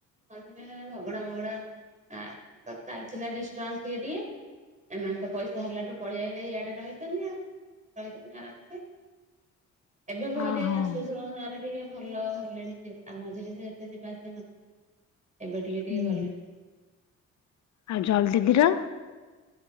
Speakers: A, on the right (about 25°); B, on the left (about 65°).
A: ମଝିରେ ଝଗଡା ମଗଡା ଚାଲିଥିଲା ଡ଼ିଷ୍ଟବାନ୍ସ ଟିକେ ଏମାନେ ତ ପଇସା ହେଲାଠୁ ପଳେଇଆଇଲେ ଇଆଡେ ରହିଛନ୍ତି ଆଉ ରହିଛନ୍ତି ଆରାମସେ
B: <inaudible>
A: ଏବେ ବି ଦେହ
B: ହଁ
A: ଟିକେ
B: ହଁ
A: ଶାଶୁ ଶଶୁର ମାନେ ଟିକେ ଭଲ ଆ ମଝିରେ ସେ ଏତେ ଯିବା ଆସିବା ନଥିଲା ଏବେ ଟିକେ
B: ହୁଁ
A: ଟିକେ ଗଲେଣି
B: ଆଉ ଜଲ ଦିଦିର